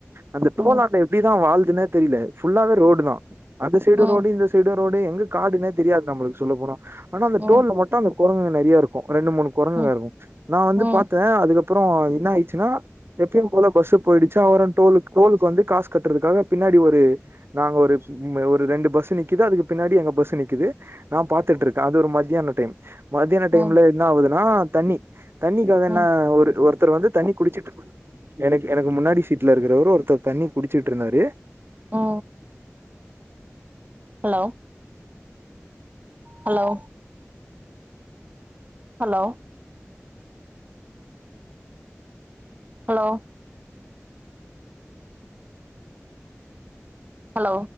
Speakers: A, on the right; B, on the right.
A: அந்த டோலான்ட
B: ம்
A: எப்டிதா வாழுதுன்னே தெரில ஃபுல்லாவே ரோடுதா அந்த சைடு
B: ம் ம்
A: ரோடு இந்த சைடு ரோடு எங்கு காடுனே தெரியாது நம்மளுக்கு சொல்ல போனா ஆனா அந்த
B: ம்
A: டோல்ல மட்டு அந்த கொரங்குங்க நெறையா இருக்கு ரெண்டு மூணு கொரங்குங்க
B: ம் ம்
A: இருக்கு நா வந்து
B: ம்
A: பாத்த அதுக்கப்பற என்ன ஆயிருச்சுனா எப்பயும் போல பஸ்ஸு போயிடுச்சா அவரு டோல் டோலுக்கு வந்து காசு கட்டுறதுக்காக பின்னாடி ஒரு நாங்க ஒரு ஒரு ரெண்டு பஸ்ஸு நிக்குது அதுக்கு பின்னாடி எங்க பஸ்ஸு நிக்குது நா பாத்துட்டுருக்க அது ஒரு மத்தியான டைம் மத்தியான டைம்ல
B: ம்
A: என்ன ஆகுதுன்னா தண்ணி தண்ணிக்காகன்ன
B: ம் ம்
A: ஒரு ஒருத்தர் வந்து தண்ணி குடிச்சுட்டு இருந்தாரு எனக்கு எனக்கு முன்னாடி சீட்ல இருக்கிறவரு ஒருத்தர் தண்ணி குடிச்சுட்டு இருந்தாரு
B: ஓ hello hello hello hello hello